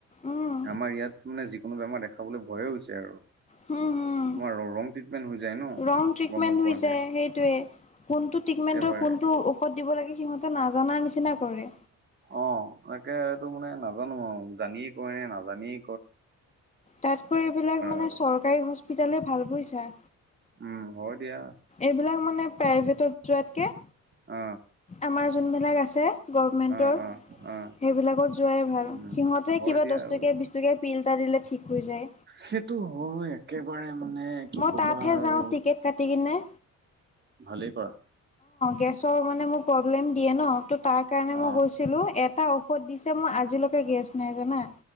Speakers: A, on the left (about 25°); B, on the right (about 35°).
A: উম
B: আমাৰ ইয়াত মানে যিকোনো বেমাৰ দেখাবলৈ ভয় হৈছে আৰু
A: হম হম
B: তোমাৰ ৰং। ট্ৰিটমেন্ট হৈ যায় ন,
A: ৰং ট্ৰিটমেন্ট
B: গম নোপোৱাকে
A: হৈ যায় সেইটোৱে। <unintelligible> ট্ৰিটমেণ্টৰ
B: একেবাৰে।
A: কোনটো ঔষধ দিব লাগে সিহঁতে নাজানা নিচিনা। কৰে
B: অ তাকে এইটো মানে নাজানো আৰু জানিয়ে কৰে নে নাজানিয়
A: তাতকৈ এইবিলাক মানে
B: আৰু
A: চৰকাৰী হস্পিতালে ভাল বুজিছা।
B: উম হয়। দিয়া
A: এইবিলাক মানে প্ৰাইভেটত যোৱাতকে।
B: অ।
A: আমাৰ যোনবিলাক আছে গভমেন্টৰ
B: অ
A: সেইবিলাকত
B: অ অ
A: যোৱাই ভাল
B: উম
A: সিহঁতে
B: হয়
A: কিবা।
B: দিয়া
A: দহ
B: আৰু
A: টকীয়া বিশ টকীয়া পিল এটা দিলে ঠিক হৈ যায়।
B: সেইটো হয় একেবাৰে মানে কি
A: মই
B: কবা
A: তাতহে
B: আৰু
A: যাওঁ টিকেট কাটি কিনে অ।
B: ভালেই কৰা
A: গেছৰ মানে মোৰ প্ৰব্লেম দিয়ে নহ তো তাৰ কাৰণে মই
B: অ
A: গৈছিলোঁ এ টা ঔষধ দিছে মোৰ আজিলৈকে গেছ নাই জানা।